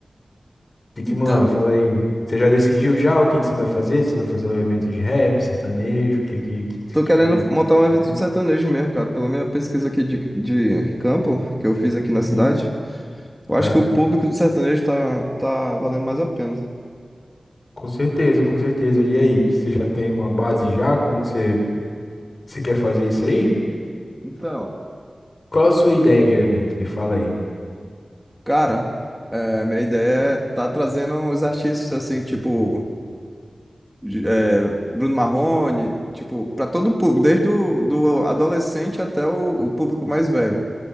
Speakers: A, on the left; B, in the centre.
A: que que
B: Então,
A: manda? Fala aí. Você já decidiu já o que que você vai fazer? Você vai fazer um evento de rap, sertanejo, o que que, que,
B: tô querendo
A: que, que- que-
B: montar um evento
A: né?
B: de sertanejo mesmo, cara. Pela minha pesquisa aqui de, de campo, que eu fiz aqui na
A: Uhum,
B: cidade, eu acho
A: certo?
B: que o público do sertanejo tá, tá valendo mais a pena.
A: Com certeza, com certeza. E aí, você já tem uma base já? Como você, você quer fazer isso aí?
B: Então.
A: Qual a sua ideia de evento? Me fala aí.
B: Cara, é, minha ideia é tá trazendo os artistas assim, tipo de- é, Bruno Marrone, tipo, para todo o público, desde o do adolescente até o, o público mais velho.